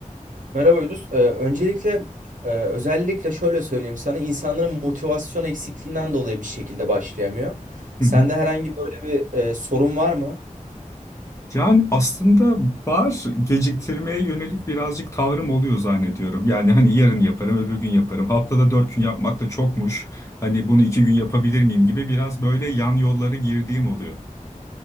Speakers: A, on the right; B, on the left.
A: Merhaba Yunus. Ee, öncelikle e, özellikle şöyle söyleyeyim sana insanların motivasyon eksikliğinden dolayı bir şekilde başlayamıyor. Sende
B: Hı hı.
A: herhangi böyle bir e, sorun var mı?
B: Yani aslında var geciktirmeye yönelik birazcık tavrım oluyor zannediyorum. Yani hani yarın yaparım, öbür gün yaparım. Haftada dört gün yapmak da çokmuş. Hani bunu iki gün yapabilir miyim gibi biraz böyle yan yollara girdiğim oluyor.